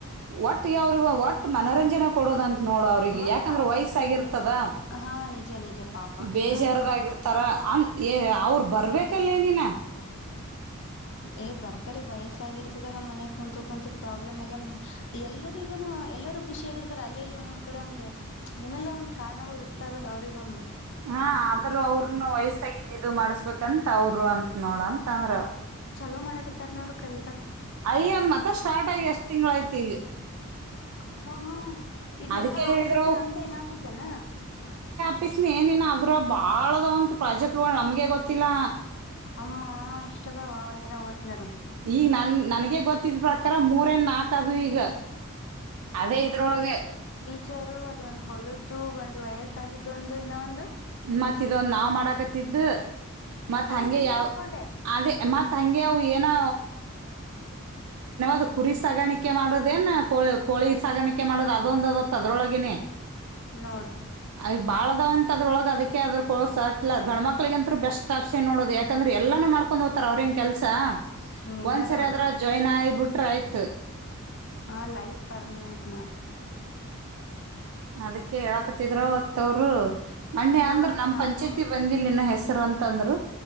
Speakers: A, on the right (about 85°); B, on the left (about 55°).
A: ಒಟ್ಟು ಯಾವರು ಒಟ್ಟು ಮನೋರಂಜನೆ ಕೊಡೋದಂತ ನೋಡ ಅವ್ರಿಗೆ
B: ಒಟ್
A: ಯಾಕಂದ್ರೆ
B: ಅವ್ರ
A: ವಯಸ್ಸಾಗಿರ್ತದ
B: ಅಂದ್ರೆ ಹಾ ನಿಜ ನಿಜ ಪಾಪ
A: ಬೇಜಾರದಾಗಿರ್ತಾರ
B: ಹ್ಮ್
A: <unintelligible> ಏ ಅವ್ರು ಬರ್ಬೇಕಲ್ಲೇ ನಿನ
B: ಏ ಬರ್ತರಿ ವಯಸ್ಸಾಗಿರ್ತದಲ್ಲಾ ಮನೆ ಕುಂತು ಕುಂತು ಪ್ರಾಬ್ಲಮ್ ಎಲ್ಲ ಎಲ್ಲರಿಗುನು ಎಲ್ಲರೂ ಖುಷಿಯಗಿರ್ತಾರೆ ಅಲ್ಲಿಲ್ಲಿ ಒಂದೊಂದ್ ಕಡೆ ಒಂದ್ ಏನೆಲ್ಲಾ ಒಂದ್ ಕಾರಣಗಳು ಇರ್ತಾವಿಲ್ಲ ಅವರಿಗುನು
A: ಹಾ ಆದ್ರೂ ಅವ್ರನು ವಯಸ್ಸಾಗಿ ಇದು ಮಾಡಸ್ಬೇಕಂತ ಅವರು ಅಂತತ್ ನೋಡಂತ <unintelligible>
B: <unintelligible> ಮಾಡಕತ್ತಾರ ನೋಡು ಕಲಿ
A: <unintelligible> ಮತ್ತ ಸ್ಟಾರ್ಟ್ ಆಗಿ ಎಷ್ಟ್ ತಿಂಗಳಾಯ್ತು ಈಗ
B: <unintelligible> ಇದೆಲ್ಲಾ
A: ಅದಕ್ಕೆ ಹೇಳಿದ್ರು
B: ಆಫೀಸ್ ನಮ್ದ ಏನ್ ಆಫೀಸ್ <unintelligible>
A: ಅಪ್ಪಸ್ನ ಏನನ್ ಅದ್ರ ಬಾಳ <unintelligible> ಒಂತತ್ ಪ್ರಾಜೆಕ್ಟ್ಗಳು ನಮ್ಗೆ ಗೊತ್ತಿಲ್ಲಾ
B: ಅಮ್ಮ ಇಷ್ಟದವ ಒಂದ್ ದಿನ ಓತಿನಿರು
A: ಈಗ ನನ್ ನನ್ಗೆ ಗೊತ್ತಿದ ಪ್ರಕಾರ <unintelligible> <unintelligible> ನಾಕದು ಈಗ ಅದೇ ಇದ್ರೊಳಗೆ
B: <unintelligible> ಅದು ಒಂದು ಹೊಲ್ದು ಒಂದು ವಯಸ್ಸಾಗಿದ್ದ ಒಂದು ಇನ ಒಂದು
A: ಮತ್ ಇದ ಒಂದ ನಾವ್ ಮಾಡಾಕತ್ತಿದ್ದು ಮತ್
B: ಅದೇ
A: ಹಂಗೆ
B: ನಿಂದ
A: ಯಾವ
B: ಹಿಡ್ಕೊಂಡೆ
A: ಅದೇ ಮತ್ ಹಂಗೆ <unintelligible> ಏನೋ <unintelligible> ಕುರಿ ಸಾಗಾಣಿಕೆ ಮಾಡೋದ್ ಏನ ಕೋಳೆ <unintelligible> ಕೋಳಿ ಸಾಗಾಣಿಕೆ ಮಾಡೋದು ಅದೊಂದತ್ತು ಅದ್ರೊಳಗಿನೇ
B: ನೋಡು
A: ಅಯ್ <unintelligible> <unintelligible> ಅದ್ರೊಳಗ್ ಅದಕ್ಕೆ <unintelligible> ಗಣ ಮಕ್ಳಗ ಅಂತರು ಬೆಸ್ಟ್ ಆಪ್ಷನ್ ನೋಡುದು ಯಾಕಂದ್ರ ಎಲ್ಲೂ ಮಾಡ್ಕೊಂಡ್ ಹೊತರ ಅವ್ರ <unintelligible> ಕೆಲ್ಸಾ
B: ನಿಜ
A: ಒಂದ್ಸರಿ
B: ನೋಡು
A: ಅದ್ರ ಜಾಯಿನ್ ಆಗಬಿಟ್ರ ಆಯ್ತು
B: ಹಾ ಲೈಫ್ ಪರ್ಮನೆಂಟ್ <unintelligible>
A: ಅದಕ್ಕೆ ಹಾಳಕತಿದ್ರೂ <unintelligible>
B: ನೋಡಮ್
A: ಅಂದ್ರ ನಮ್
B: ನಾನು
A: ಪಂಚಾಯತಿ ಬಂದಿಲ್ಲ ಇನ್ನ <unintelligible> <unintelligible> ಅಂತಂದ್ರು